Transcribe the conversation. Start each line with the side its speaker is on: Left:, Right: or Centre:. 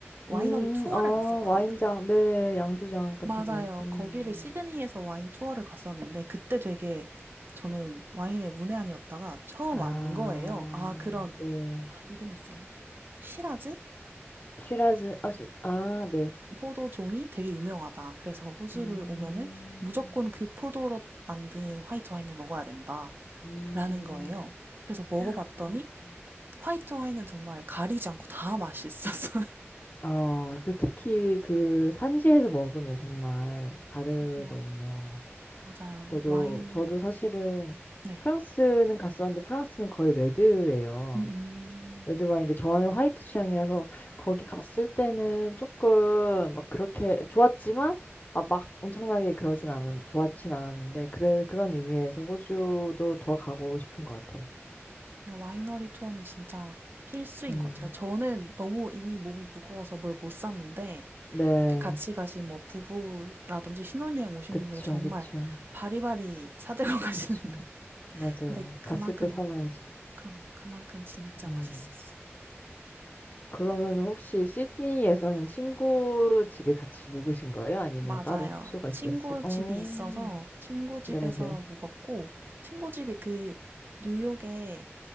Right: 와이너리
Left: 음,
Right: 투어를
Left: 어,
Right: 갔었거든요.
Left: 와인장, 네, 양조장 같은
Right: 맞아요.
Left: 거. 음.
Right: 거기를 시드니에서 와인 투어를 갔었는데 그때 되게 저는 와인의 문외한이었다가 처음
Left: 아,
Right: 안 거예요. 아, 그런
Left: 네.
Right: 아, 이름이 있었는데. 시라즈라는
Left: 시라즈, 아, 시, 아, 네.
Right: 포도종이 되게 유명하다. 그래서 호주를
Left: 음,
Right: 오면은 무조건 그 포도로 만든 화이트 와인을 먹어야 된다라는
Left: 음,
Right: 거예요. 그래서 먹어봤더니
Left: 그렇구나.
Right: 화이트 와인은 정말 가리지 않고 다 맛있었어요.
Left: 어, 그 특히 그 산지에서 먹으면 정말 다르거든요.
Right: <laughs> 맞아요. 맞아요.
Left: 저도,
Right: 와인,
Left: 저도 사실은
Right: 네.
Left: 프랑스는 갔었는데 프랑스는 거의 레드예요.
Right: 음,
Left: 레드 와인인데 저는 화이트 취향이라서 거기 갔을 때는 조금 막 그렇게 좋았지만 아, 막 엄청나게 그러진 않은 좋았진 않았는데 그래 그런 의미에서 호주도 더 가고 싶은 것 같아요.
Right: 음. 와이너리 투어는 진짜 필수인
Left: 음.
Right: 것 같아요. 저는 너무 이미 몸이 무거워서 뭘 못 샀는데
Left: 네.
Right: 같이 가신 뭐 부부라든지 신혼여행 오신
Left: 그쵸,
Right: 분들은 정말
Left: 그쵸,
Right: 바리바리 사들고 <laughs> 가시는
Left: 그쵸.
Right: 거예요.
Left: 맞아요.
Right: 근데 그만큼
Left: 갔을 때 사와야죠.
Right: 그럼요. 그만큼 진짜
Left: 음.
Right: 맛있었어요.
Left: 그러면 혹시 시드니에서는 친구 집에 같이 묵으신 거예요? 아니면
Right: 맞아요.
Left: 따로 숙소가 있으셨어요?
Right: 친구
Left: 어,
Right: 집이 있어서 친구 집에서
Left: 네네.
Right: 묵었고, 친구 집이 그 뉴욕의